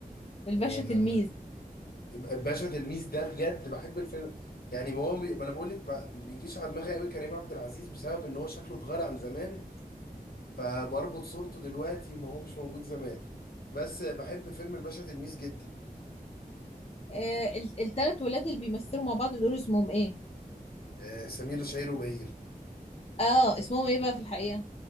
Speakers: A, on the left; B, on the left.
A: الباشا
B: آه
A: تلميذ
B: باشا تلميذ ده بجد بحب الفيلم يعني ما هو بي... ما انا بقول لك ب... بيجيش على دماغي قوي كريم عبد العزيز بسبب ان هو شكله اتغير عن زمان فبربط صورته دلوقتي ما هو مش موجود زمان بس بحب فيلم الباشا تلميذ جدا
A: آه ال- التلات ولاد اللي بيمثلوا مع بعض دول اسمهم ايه
B: آه، سمير شهير وبهير
A: اه اسمهم ايه بقى في الحقيقة